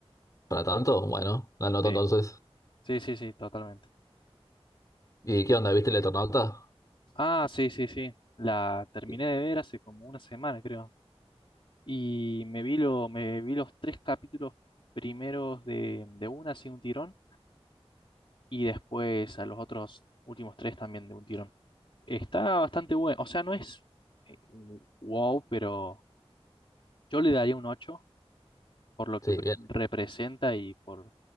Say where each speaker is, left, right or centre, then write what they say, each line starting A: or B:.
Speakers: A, on the left (about 35°); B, on the left (about 55°).
A: Para tanto, bueno, la anoto
B: Sí,
A: entonces.
B: sí, sí, sí, totalmente.
A: ¿Y qué
B: Y-
A: onda? ¿Viste el Eternauta?
B: Ah, sí, sí, sí. La terminé
A: Sí,
B: de ver hace como una semana, creo. Y me vi, lo, me vi los tres capítulos primeros de, de una, así un tirón, y después a los otros últimos tres también de un tirón. Está bastante bueno, o sea, no es eh, un wow, pero yo le daría un 8 por lo
A: Sí,
B: que pre-
A: bien.
B: representa y por